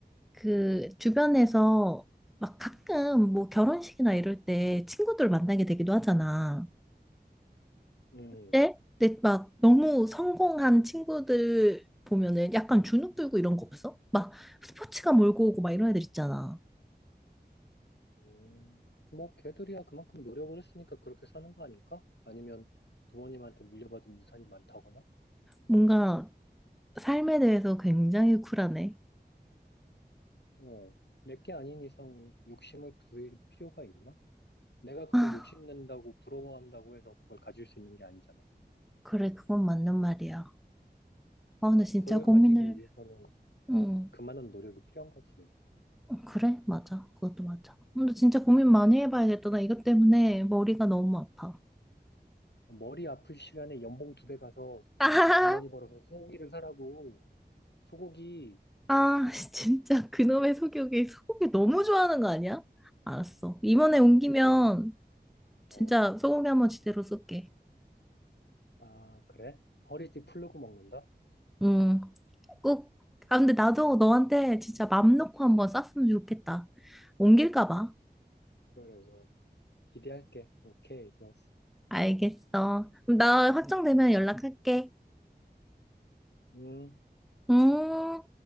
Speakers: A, in the centre; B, on the left (about 80°).
A: 그 주변에서 막 가끔 뭐 결혼식이나 이럴 때 친구들 만나게 되기도 하잖아.
B: 음,
A: 예? 근데 막 너무 성공한 친구들 보면은 약간 주눅 들고 이런 거 없어? 막 스포츠가 몰고 오고 막 이런 애들 있잖아.
B: 음. 뭐, 걔들이야 그만큼 노력을 했으니까 그렇게 사는 거 아닐까? 아니면 부모님한테 물려받은 유산이 많다거나?
A: 뭔가 삶에 대해서 굉장히 쿨하네.
B: 어, 내게 아닌 이상 욕심을 부릴 필요가 있나? 내가 그걸
A: 아,
B: 욕심낸다고 부러워한다고 해서 그걸 가질 수 있는 게 아니잖아.
A: 그래, 그건 맞는 말이야. 아,
B: 음,
A: 근데 진짜
B: 그걸
A: 고민을,
B: 가지기 위해서는
A: 응,
B: 그만한 노력이 필요한 거지.
A: 그래, 맞아. 그것도 맞아. 근데
B: 음.
A: 진짜 고민 많이 해봐야겠다. 나 이것 때문에 머리가 너무 아파.
B: 머리 아플 시간에 연봉 두 배 가서
A: 아,
B: 돈 많이 벌어서 소고기를 사라고. 소고기,
A: 아, <laughs> 진짜 그놈의 소고기, 소고기 너무 좋아하는 거 아니야? 알았어. 이번에 옮기면
B: 어, 그래서, 어,
A: 진짜 소고기 한번 제대로 쏠게.
B: 아, 그래? 허리띠 풀르고 먹는다?
A: 응, 꼭. 아, 근데 나도 너한테 진짜 맘 놓고 한번 쐈으면 좋겠다. 옮길까 봐.
B: 그래 좋았어 기대할게. 오케이, 좋았어.
A: 알겠어. 그럼 나 확정되면 연락할게.
B: 음.
A: 음.